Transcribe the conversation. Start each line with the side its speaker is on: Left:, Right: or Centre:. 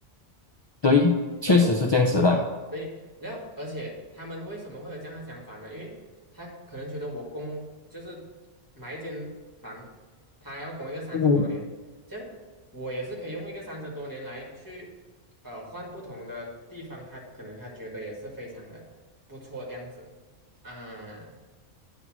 Left: 对，确实是这样子的。
Right: 然后。对，然后而且他们为什么会有这样的想法呢？因为他可能觉得我供就是买一间房，他要供一个三十多年，
Left: 嗯
Right: 这样我也是可以用一个三十多年来去呃换不同的地方，他可能他觉得也是非常的不错这样子啊，